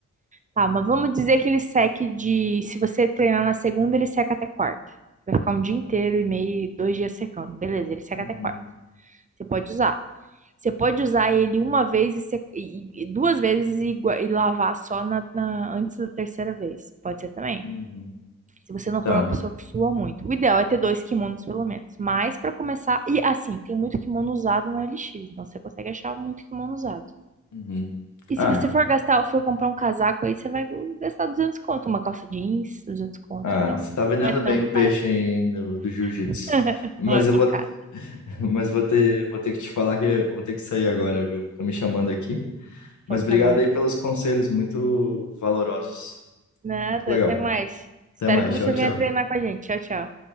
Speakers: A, on the right; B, on the left.
A: Tá, mas vamos dizer que ele seque de. Se você treinar na segunda, ele seca até quarta. Vai ficar um dia inteiro e meio, dois dias secando. Beleza, ele seca
B: Uhum,
A: até quarta. Você pode usar. Você pode usar ele uma vez e, se- e- e- duas vezes e, gua- e lavar só na, na- antes da terceira vez. Pode ser também.
B: uhum.
A: Se você não
B: Tá.
A: for uma pessoa que sua muito. O ideal é ter dois kimonos, pelo menos. Mas para começar. E assim, tem muito kimono usado na OLX. Então você consegue achar muito kimono usado.
B: Uhum.
A: E
B: Ah,
A: se você for gastar ou for comprar um casaco aí, você vai gastar 200 conto. Uma calça jeans, 200 conto.
B: Ah,
A: Então
B: você tá vendendo
A: não é tão
B: bem o
A: caro.
B: peixe aí, hein, do, do jiu-jitsu.
A: <laughs>
B: Mas
A: Não é tão
B: eu vou,
A: caro.
B: <laughs> mas vou ter, vou ter que te falar que eu vou ter que sair agora, viu? Tô me chamando aqui.
A: Então
B: Mas
A: tá
B: obrigado
A: bom.
B: aí pelos conselhos, muito valorosos.
A: Nada,
B: Muito legal.
A: até mais. Espero
B: Até mais.
A: que você
B: Tchau, tchau.
A: venha treinar com a gente. Tchau, tchau.